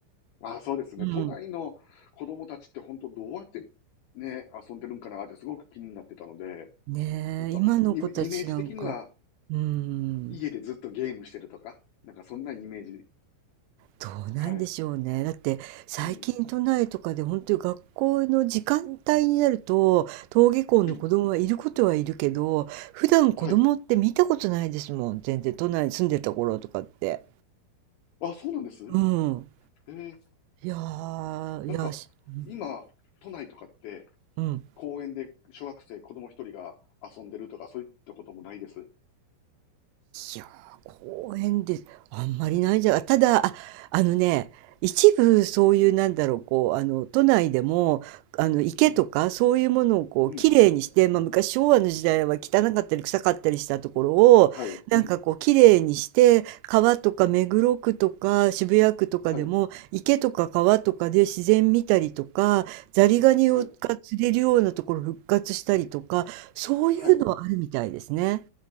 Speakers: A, on the left; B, on the right.
A: あ、そうですね。
B: うん。
A: 都内の子供たちって本当どうやってね、遊んでるんかなってすごく気になってたので、
B: ねえ、
A: なんか、
B: 今の子たちなんか、
A: イメイメージ的には
B: うん。
A: 家でずっとゲームしてるとか、なんかそんなイメージ。
B: どうなんでしょうね。
A: はい。
B: だって最近都内とかで本当に学校の時間帯になると登下校の子供はいることはいるけど普段子供って見たことないですもん全然都内に住んでた頃とかって。
A: うん。うん。はい。あ、そうなんです。
B: うん。
A: ええ。
B: いやー、
A: なんか、
B: いやーし、うん。
A: 今、都内とかって
B: うん
A: 公園で小学生、子供一人が遊んでるとか、そういったこともないです？
B: いやー、公園であんまりないんじゃ、ただ、あ、あのね、一部そういうなんだろう、こう、あの、都内でも、あの、池とかそういうものをこう、
A: うん。うん。
B: きれいにして、まあ、昔昭和の時代は汚かったり臭かったりしたところを、
A: はい。
B: なんかこう、
A: うん。
B: きれいにして、川とか目黒区とか渋谷区とかでも、
A: はい。
B: 池とか川とかで自然見たりとか、ザリガニをが釣れるようなところ復活したりとか、
A: はい。
B: そういうのはあるみたいですね。
A: はい。